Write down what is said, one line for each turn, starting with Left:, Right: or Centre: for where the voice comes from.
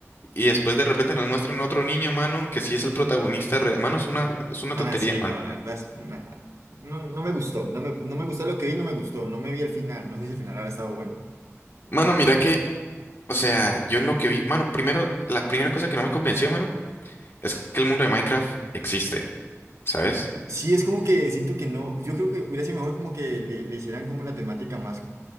Left: Y después de repente nos muestran otro niño, mano, que sí es el protagonista real. Mano, es una, es una
Right: Van
Left: tontería,
Right: así,
Left: mano.
Right: no, la verdad es nada. No, no me gustó, no me, no me gustó lo que vi, no me gustó, no me vi el final, no sé si el final ahora estaba bueno.
Left: Mano, mira que, o sea, yo en lo que vi, mano, primero, la primera cosa que no me convenció, mano, es que el mundo de Minecraft existe, ¿sabes?
Right: Sí, es como que siento que no, yo creo que hubiera sido mejor como que le, le hicieran como la temática más,